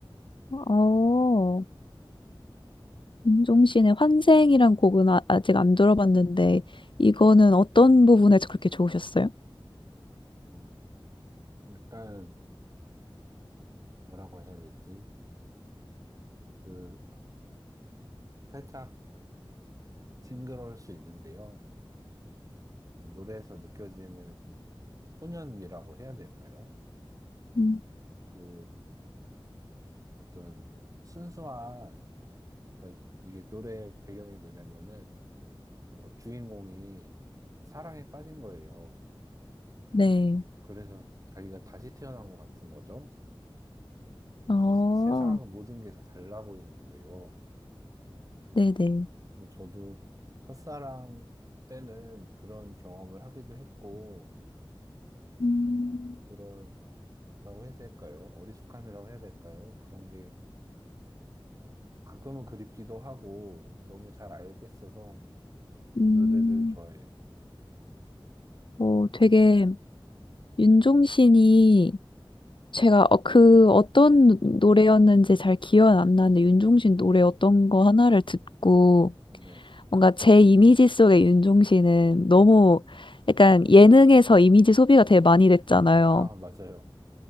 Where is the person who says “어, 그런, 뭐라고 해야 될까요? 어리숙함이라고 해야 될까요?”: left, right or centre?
Right